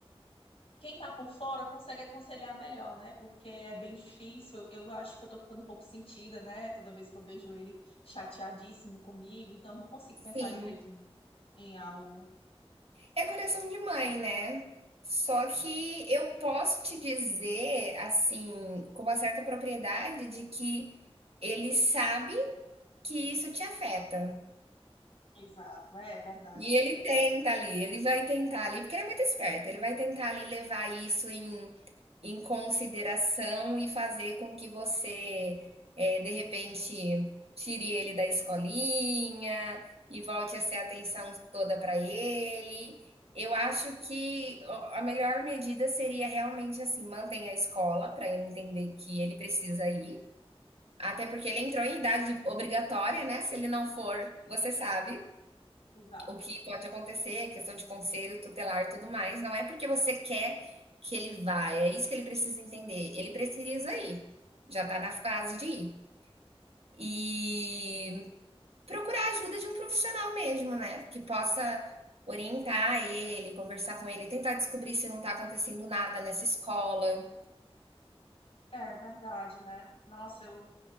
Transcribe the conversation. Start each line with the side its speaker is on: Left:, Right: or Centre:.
Left: quem tá por fora consegue aconselhar melhor, né? Porque é bem difícil. Eu acho que eu tô ficando um pouco sentida, né? Toda vez que eu vejo ele chateadíssimo comigo, então eu não consigo pensar
Right: Sim,
Left: direito em em algo.
Right: é coração de mãe, né? Só que eu posso te dizer, assim, com uma certa propriedade de que ele sabe que isso te afeta.
Left: Exato, é verdade.
Right: E ele tenta ali, ele vai tentar ali, porque ele é muito esperto, ele vai tentar ali levar isso em, em consideração e fazer com que você, eh, de repente, tire ele da escolinha e volte a ser a atenção toda para ele. Eu acho que o- a melhor medida seria realmente assim, mantenha a escola para ele entender que ele precisa ir, até porque ele entrou em idade obrigatória, né? Se ele não for, você sabe.
Left: Exato.
Right: O que pode acontecer, questão de conselho tutelar e tudo mais, não é porque você quer que ele vá, é isso que ele precisa entender. Ele precisa ir, já tá na fase de ir. E procurar a ajuda de um profissional mesmo, né? Que possa orientar ele, conversar com ele, tentar descobrir se não tá acontecendo nada nessa escola.
Left: É verdade, né? Nossa, eu,